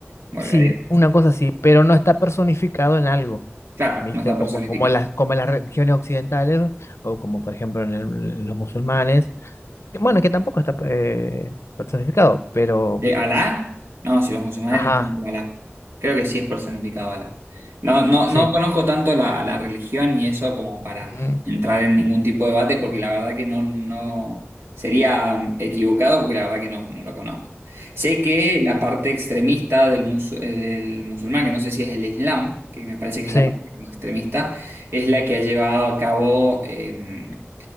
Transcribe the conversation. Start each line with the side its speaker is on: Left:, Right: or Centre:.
Right: vuelve
Left: sí,
Right: a Dios.
Left: una cosa así, pero no está personificado en algo,
Right: claro,
Left: ¿viste?
Right: no está
Left: Como,
Right: personificado.
Left: como las, como las religiones occidentales o como por ejemplo en, el- los musulmanes. que, Bueno, que tampoco está eh, personificado, pero,
Right: ¿Eh, ¿Alá? No, si los musulmanes
Left: ajá,
Right: le tienen como Alá. Creo que sí es personificado Alá. No, no,
Left: sí,
Right: no conozco tanto la, la religión y eso como para
Left: ujú,
Right: entrar en ningún tipo de debate, porque la verdad que no, no sería mm, equivocado, porque la verdad que no, no lo conozco. Sé que la parte extremista del, musu- eh, del musulmán, que no sé si es el Islam, que me parece que
Left: sí.
Right: es la parte como extremista, es la que ha llevado a cabo eh,